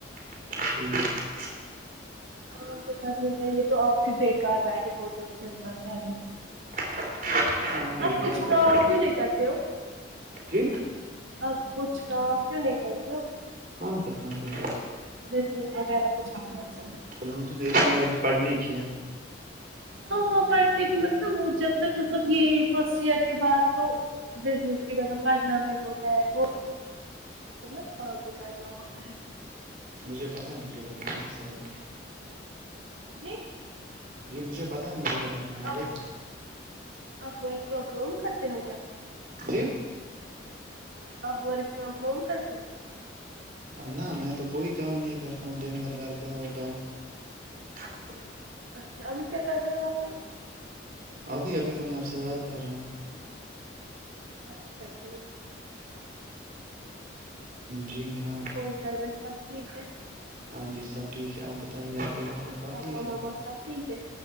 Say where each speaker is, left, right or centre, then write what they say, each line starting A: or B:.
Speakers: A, on the right (about 45°); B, on the right (about 80°).
A: ٹھیک
B: ہاں تو کر گ یہ تو آپ بھی بےیکار بیٹھے ہوتے ہو دیں بھر گھر میں
A: <unintelligible>
B: آپ کچھ
A: بات
B: کام
A: بھی
B: کیوں نہیں کرتے ہو
A: جی
B: آپ کچھ کام کیوں نہیں کرتے ہو
A: کون سا کام کرے
B: بزنس وغیرہ کچھ اپنا سا
A: سلام، تو میری عمر ابھی پڑھنے کی ہے
B: ہاں ہاں پڑھتے بھی مطلب وہ جب تک مطلب یہ فرسٹ ایئر کے بعد تو بزنس بھی مب پڑھنا بھی ہوتا ہے وہ تب نا کام بھی کرنا ہوتا ہے
A: مجھے پتہ ہے ان کہ کیا کہنا ہے سوری
B: جی
A: جی مجھے پتاہ ہے مجھے کیا کرنا ہے آگے
B: آپ آپ ورک فرم ہوم کرتے ہو کیا
A: جی
B: آپ ورک فرم ہوم کرتے ہو
A: اور نہ میں تو کوئی کام نہیں کرتا ہوں دن بھر گھر پہ ہوتا ہوں <inaudible>
B: اچھا ابھی کیا کر رہے ہیں وہاں پہ
A: ابھی ابھی تو میں آپ سے بات کر رہا ہوں
B: اچھا ٹھیک
A: جی ہاں
B: اور گھر میں سب ٹھیک ہے
A: ہاں جی سب ٹھیک ہے آپ بتائیے آپ کے گھر پے سب
B: پاپا
A: ٹھیک ہے
B: ماما سب ٹھیک ہے